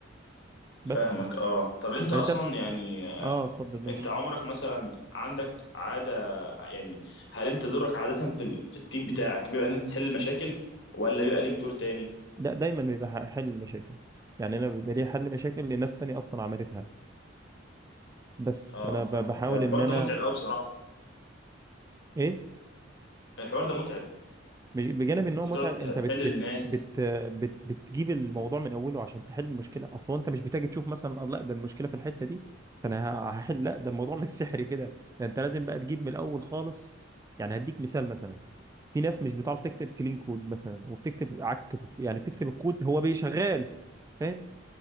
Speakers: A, on the right; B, on the left.
A: بس
B: فاهمك اه طب انت
A: طب
B: اصلا
A: انت
B: يعني
A: اه اتفضل ماشي
B: انت عمرك مثلا عندك عاده يعني هل انت دورك عاده في ال... في التيم بتاعك بيبقى ان انت تحل المشاكل ولا بيبقى ليك دور تاني
A: ده دايما بيبقى ح- حل المشاكل يعني انا بيبقى لي حل مشاكل لناس تانية اصلا عملتها بس
B: اه
A: فانا ب-
B: فاهمك
A: بحاول
B: آه، الحوار
A: ان انا
B: ده متعب قوي بصراحه
A: ايه
B: الحوار ده متعب
A: مش- بجانب ان هو
B: انت
A: متعب
B: تقعد
A: انت
B: تحلل
A: بت بت
B: الناس
A: بت بت بتجيب الموضوع من اوله عشان تحل المشكله اصلا انت مش بتيجي تشوف مثلا آه، لا ده المشكله في الحته دي فانا ه- هحل لا ده الموضوع مش سحري كده ده انت لازم بقى تجيب من الاول خالص يعني هديك مثال مثلا في ناس مش بتعرف تكتب كلين كود مثلا وبتكتب عك في يعني بتكتب الكود هو بيشغال فاهم